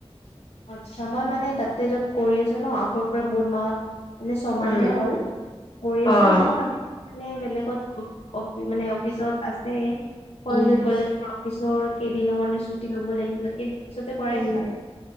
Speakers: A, on the left (about 80°); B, on the left (about 45°).
A: আচ্ছা মই মানে তাতে য'ত কৰি আছো ন আগৰ পৰা বহুত মাহ মানে ছমাহে
B: উম।
A: হ'ল। কৰি আছিলো
B: অ'।
A: ত ভাবিছো মানে বেলেগত মানে অফিচত আছে। কলেজত
B: উম,
A: গ'লে মোৰ অফিচৰ কেইদিনো মানে ছুটি লব লাগিব কেইদিনৰ পিচতে কৰাই
B: উম,
A: ভাল।